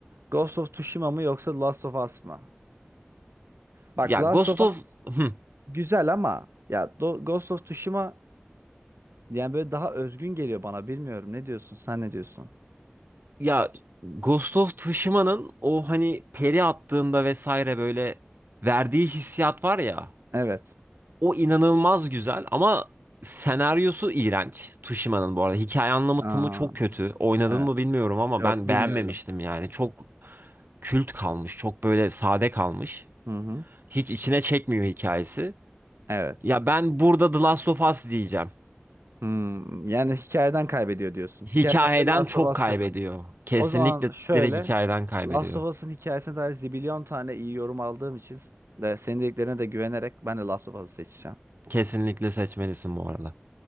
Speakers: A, on the right; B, on the right.
A: Ghost of Tsushima mı yoksa Last of Us mı? Bak
B: Ya
A: Last
B: Ghost
A: of Us
B: of... Hı.
A: güzel ama ya Do- Ghost of Tsushima yani böyle daha özgün geliyor bana. Bilmiyorum. Ne diyorsun? Sen ne diyorsun?
B: Ya Ghost of Tsushima'nın o hani peri attığında vesaire böyle verdiği hissiyat var ya.
A: Evet.
B: O inanılmaz güzel ama senaryosu iğrenç. Tsushima'nın bu arada. Hikaye anlatımı
A: Aa,
B: çok kötü. Oynadın
A: evet.
B: mı bilmiyorum ama
A: Yok
B: ben
A: bilmiyorum.
B: beğenmemiştim yani. Çok kült kalmış. Çok böyle sade kalmış.
A: Hı hı.
B: Hiç içine çekmiyor hikayesi.
A: Evet.
B: Ya ben burada The Last of Us diyeceğim.
A: Hmm, yani hikayeden kaybediyor diyorsun. Hikayeden
B: Hikayeden
A: de Last
B: çok
A: of Us
B: kaybediyor.
A: kazanıyor.
B: Kesinlikle
A: O zaman şöyle.
B: direkt hikayeden kaybediyor.
A: Last of Us'ın hikayesine dair zibilyon tane iyi yorum aldığım için de senin dediklerine de güvenerek ben de Last of Us'ı seçeceğim.
B: Kesinlikle seçmelisin bu arada.